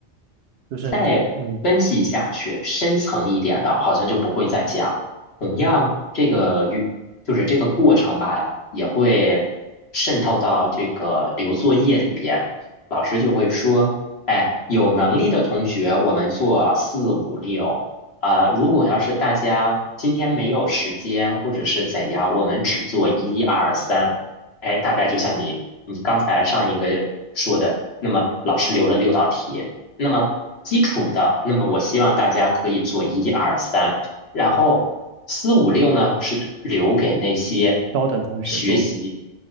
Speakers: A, on the right; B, on the left.
A: 就是嗯
B: 再分析下去，深层一点的，好像就不会再讲。同样，这个与就是这个过程吧，也会渗透到这个留作业里边。老师就会说，哎，有能力的同学，我们做四五六啊，如果要是大家今天没有时间或者是怎样，我们只做一二三。哎，大概就像你你刚才上一个说的，那么老师留了六道题。那么基础的，那么我希望大家可以做一二三，然后四五六呢是留给那些
A: 高等同学做。
B: 学习，